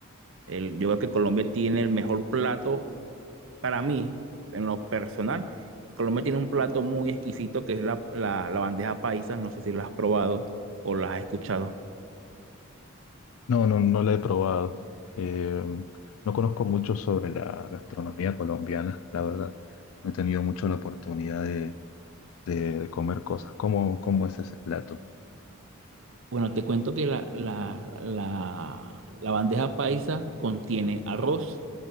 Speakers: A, on the right; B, on the left.
A: El, yo creo que Colombia tiene el mejor plato para mí, en lo personal. Colombia tiene un plato muy exquisito que es la, la- la bandeja paisa. No sé si la has probado o la has escuchado.
B: No, no, no la he probado. Eh, no conozco mucho sobre la gastronomía colombiana, la verdad. No he tenido mucho la oportunidad de, de- de comer cosas. ¿Cómo, cómo es ese plato?
A: Bueno, te cuento que la, la, la, la bandeja paisa contiene arroz,